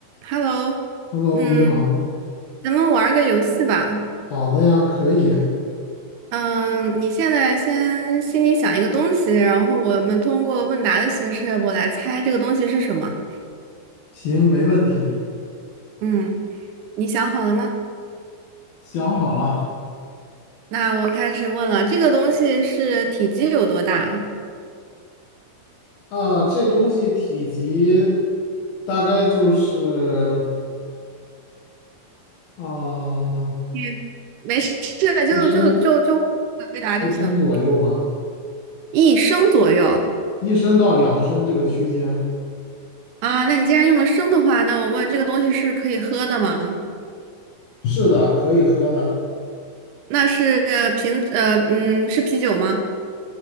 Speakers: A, on the right; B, on the left.
A: Hello，
B: Hello，
A: 嗯，
B: 你好，
A: 咱们玩儿个游戏吧。
B: 好的呀，可以，
A: 嗯，你现在先心里想一个东西，然后我们通过问答的形式，我来猜这个东西是什么。
B: 行，没问题，
A: 嗯，你想好了吗？
B: 想好了
A: 那我开始问了，这个东西是体积有多大？
B: 啊，这东西体积大概就是啊
A: 你没事，就就就就回答就行。
B: 一升一升左右吧，
A: 一升左右
B: 一升到两升这个区间。
A: 啊，那你既然用了升的话，那我问这个东西是可以喝的吗？
B: 是的，可以喝的，
A: 那是呃瓶，呃，嗯，是啤酒吗？